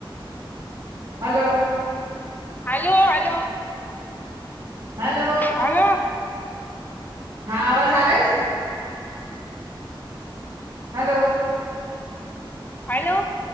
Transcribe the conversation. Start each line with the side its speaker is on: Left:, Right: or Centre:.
Right: hello.
Left: Hello hello.
Right: Hello.
Left: Hello
Right: હા આવાજ આવેસ હલો.
Left: હલો.